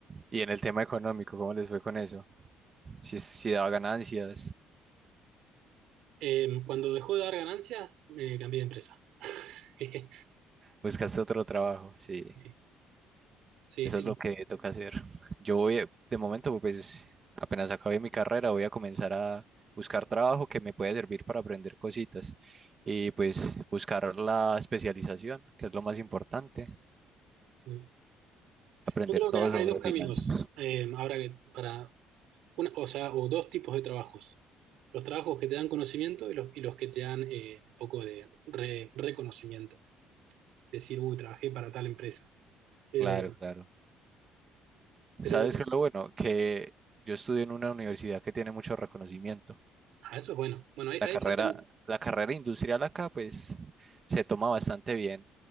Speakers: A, on the right; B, on the right.
A: y en el tema económico, ¿cómo les fue con eso? Si, si daba ganancias,
B: eh, cuando dejó de dar ganancias, me cambié de empresa. <laughs>
A: buscaste otro trabajo, sí,
B: Sí, sí.
A: eso es lo que toca hacer. Yo voy, a- de momento, pues apenas acabé mi carrera, voy a comenzar a buscar trabajo que me pueda servir para aprender cositas y pues buscar la especialización, que es lo más importante,
B: el-
A: aprender
B: Yo creo
A: todo
B: que hay
A: sobre
B: dos caminos,
A: finanzas.
B: eh, ahora que para una, o sea, o dos tipos de trabajos. Los trabajos que te dan conocimiento y los, y los que te dan eh, un poco de re- reconocimiento. Decir, uy, trabajé para tal empresa. Pero,
A: Claro, claro.
B: pero
A: ¿Sabes qué es lo bueno? Que yo estudio en una universidad que tiene mucho reconocimiento.
B: ah, eso es bueno. Bueno, ahí,
A: La
B: ahí
A: carrera,
B: ya tenés.
A: la carrera industrial acá, pues, se toma bastante bien.